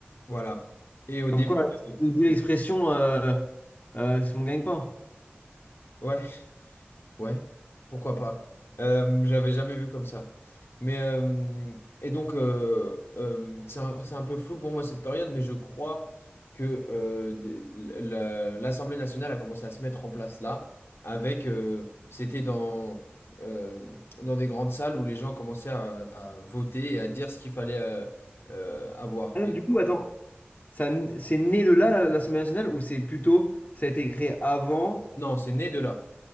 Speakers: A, on the left; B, on the left.
A: Voilà. Et au
B: Comme
A: début
B: quoi,
A: de...
B: d'où l'expression euh, euh, c'est mon gagne-pain.
A: Ouais. Ouais, pourquoi pas. Euh, je l'avais jamais vu comme ça. Mais euh, et donc euh, euh, c'est un, c'est un peu flou pour moi cette période, mais je crois que euh, des- la- l'Assemblée nationale a commencé à se mettre en place là, avec euh, c'était dans euh, dans des grandes salles où les gens commençaient à, à voter et à dire ce qu'il fallait euh, euh, avoir.
B: Ah non,
A: Et
B: du coup,
A: comment-
B: attends. Ça, n- c'est né de là, la- l'Assemblée nationale, ou c'est plutôt, ça a été créé avant,
A: non, c'est né de là.